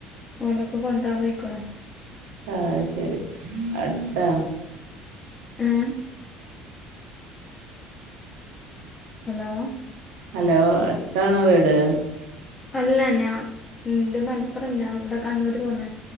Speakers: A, on the left (about 15°); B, on the right (about 80°).
A: ഓലൊക്കെ കൊണ്ടരാൻ പൊയ്ക്ക്ണോ
B: ആഹ് ശരി അടുത്താ
A: ഏ ഹലോ
B: ഹലോ അടുത്താണോ വീട്
A: അല്ല ഞാ ന്റെ മലപ്പുറം ഞാൻ ഇവിടെ കണ്ണൂര് പോന്നേ